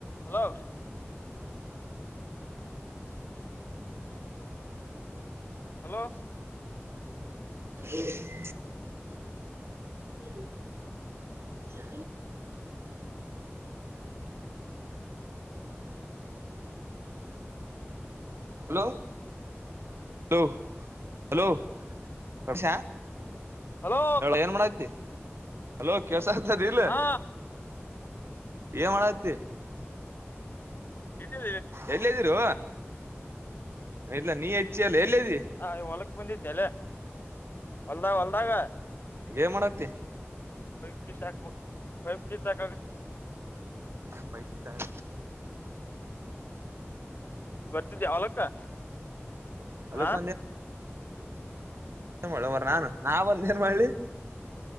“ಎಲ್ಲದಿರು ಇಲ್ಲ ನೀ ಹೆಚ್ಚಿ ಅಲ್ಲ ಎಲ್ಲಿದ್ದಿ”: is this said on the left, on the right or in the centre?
Right